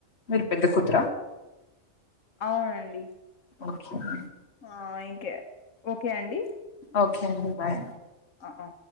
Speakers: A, on the left (about 55°); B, on the left (about 80°).
A: మీరు పెద్ద కూతుర
B: అవునండి
A: ఒకే నండి
B: ఆ ఇంకే ఓకే అండి.
A: ఓకే అండి బాయ్
B: అ ఆ